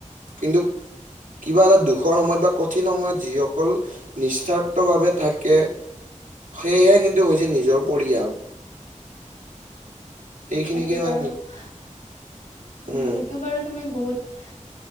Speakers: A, on the right; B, on the left.
A: কিন্তু কিবা এটা দুখৰ সময়ত বা কঠিন সময়ত যিসকল নিস্বাৰ্থভাৱে থাকে সেয়েহে কিন্তু হৈছে নিজৰ পৰিয়াল।
B: <inaudible>
A: সেইখিনিকে
B: সেইটো বাৰু
A: মানে
B: উম
A: উম
B: সেইটো বাৰু তুমি বহুত